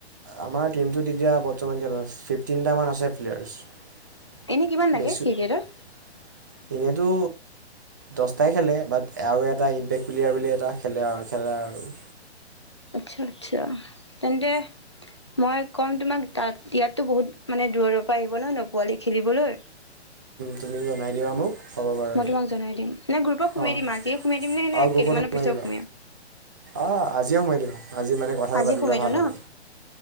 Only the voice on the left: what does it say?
এনে কিমান লাগে
ক্ৰিকেটৰ
আচ্ছা। আচ্ছা তেন্তে। মই কম তোমাক তাত ইয়াতো বহুত মানে দূৰৰ পৰা আহিব ন পোৱালি খেলিবলৈ।
মই
তোমাক জনাই দিম। নাই গ্ৰুপত সোমাই
দিম আজিয়ে সোমাই দিম নে নে
কেইদিনমানৰ
পিছত
সোমাম
আজিয়ে
সোমাই দিওঁ
ন